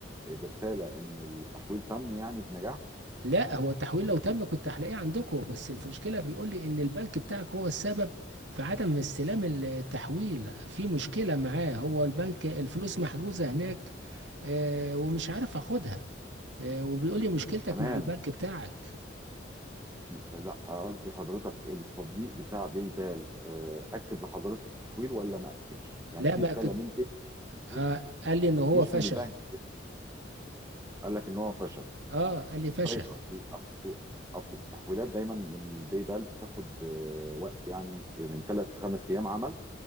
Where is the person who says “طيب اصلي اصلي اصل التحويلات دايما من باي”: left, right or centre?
Right